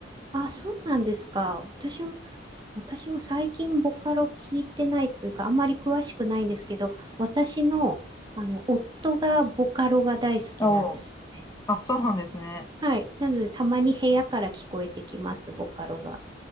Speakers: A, on the right (about 20°); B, on the left (about 15°).
A: あ、そうなんですか。私は私も最近ボカロ聞いてないというか、あんまり詳しくないんですけど、私の、あの、夫がボカロが大好きなんですよ。
B: お、あ、そうなんですね。
A: はい。なので、たまに部屋から聞こえてきます、ボカロが。